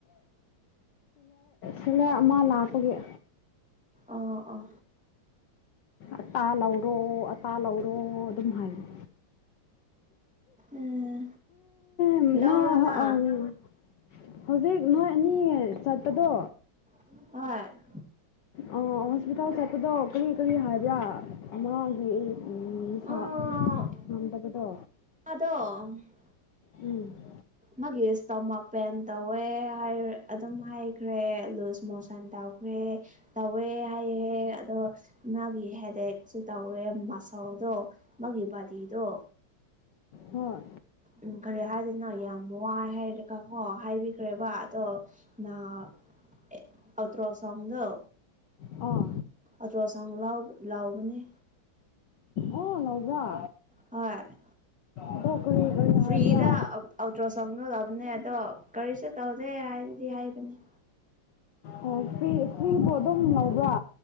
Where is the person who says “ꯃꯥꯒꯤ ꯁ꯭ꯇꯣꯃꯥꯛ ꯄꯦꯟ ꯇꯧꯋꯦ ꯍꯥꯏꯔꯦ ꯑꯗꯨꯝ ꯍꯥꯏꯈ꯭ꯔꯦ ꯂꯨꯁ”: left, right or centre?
Centre